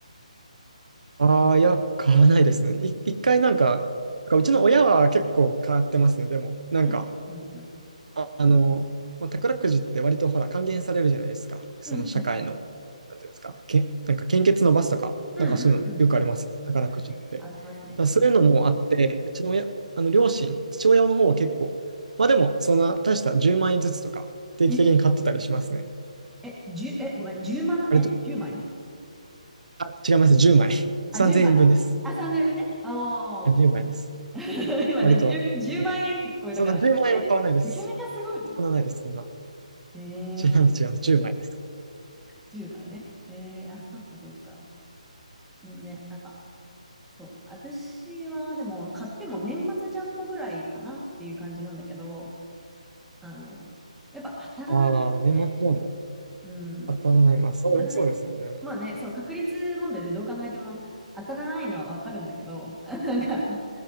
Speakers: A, on the right; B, in the centre.
A: ああ、いや、買わないですね。い、一回なんか、なんかうちの親は結構買ってますね。でも、なんか、
B: うん、うん、うん。
A: あ、あの、まあ、宝くじって割とほら、還元されるじゃないですか。その社会の、
B: うん、うん、
A: なんていうんですか、け、なんか献血のバスとか、
B: うん、
A: なんかそういうのよくありますよ。
B: うんうん。
A: 宝くじって。
B: あるね。ありますね。
A: だからそういうのもあって、うちの親、あの両親、父親の方は結構、まあでも、そんな大した10万円ずつとか、定期的に買ってたりしますね。
B: え、え、十え、ごめん、10万円1枚
A: 割と、あ、違います。10円3000円分です。
B: あ、10枚。あ、3 0 0ね。ああ。
A: あ10です。
B: <laughs> 今ね10、
A: 割と。
B: 万円って聞こえたから、
A: そんな10万円は買わないです。
B: え、めちゃめちゃすごいと思って。
A: そんなないです、そんな。
B: え
A: 違う違うじゅうま10枚です。
B: ー、10枚ね。えー、あ、そっかそっか。でもね、なんか、そう。私は、でも、買っても年末ジャンボぐらいかなっていう感じなんだけど、あの、やっぱ当たらないよね。
A: ああ、年末ジャンボ。
B: うん。
A: 当たらない。まあ、そうです、
B: 当たらない。
A: そうですね。
B: まあね、そう、確率問題でどう考えても当たらないのはわかるんだけど、あなんか、